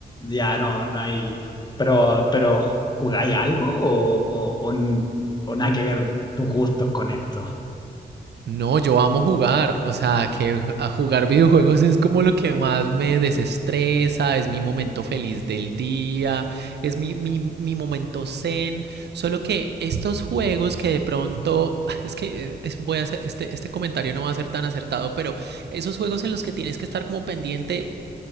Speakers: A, on the left; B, on the right.
A: Ya, no, no hay... Pero, pero ¿jugáis algo o, o, o n- o nada que ver tus gustos con esto?
B: No, yo amo jugar, o sea, que a jugar videojuegos es como lo que más me desestresa, es mi momento feliz del día, es mi, mi, mi momento zen, solo que estos juegos que de pronto, <laughs> es que eh, es- voy a hacer, este, este comentario no va a ser tan acertado, pero esos juegos en los que tienes que estar como pendiente